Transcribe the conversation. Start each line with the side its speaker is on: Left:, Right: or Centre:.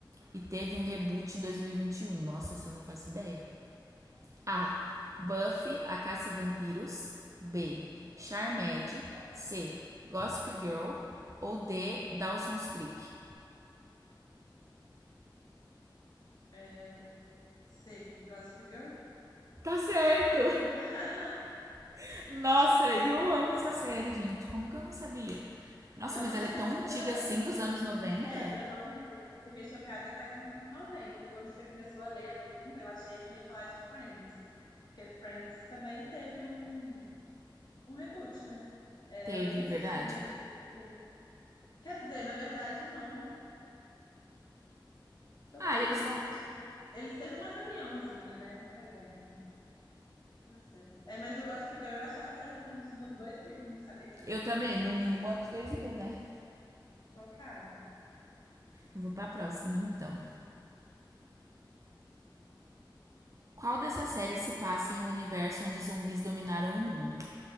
Right: e teve um reboot em dois mil e e vinte e um? Nossa, essa eu não faço ideia. A. Buffy, a caça-vampiros. B. Charmed. C. Gossip Girl. Ou D. Dawson's Creek.
Left: É, C, Gossip Girl?
Right: Tá certo!
Left: <laughs>
Right: <laughs> Nossa, eu amo essa série, gente. Como que eu não sabia? Nossa,
Left: Eu
Right: mas
Left: não
Right: ela
Left: sabia,
Right: é tão antiga assim, dos anos 90?
Left: é, eu não, eu fiquei chocada que era nos anos 90. Quando você começou a ler a pergunta, eu achei que ia falar de Friends, porque Friends também teve um, um reboot, né? É,
Right: Teve,
Left: eu nem
Right: é
Left: assisti,
Right: verdade?
Left: mas eu sei que teve. Quer dizer, na verdade, não. Tô
Right: Ah,
Left: confundindo.
Right: e eles estão.
Left: Eles teve uma reuniãozinha, né? Não foi bem. Tá certo. É, mas o Gossip Girl eu achava que era dos anos no- 2000. não sabia que era
Right: Eu
Left: dos
Right: também,
Left: anos 90.
Right: no mínimo anos 2000, né?
Left: Chocada.
Right: Vou pra próxima, então. Qual dessas séries se passa em um universo onde zumbis dominaram o mundo?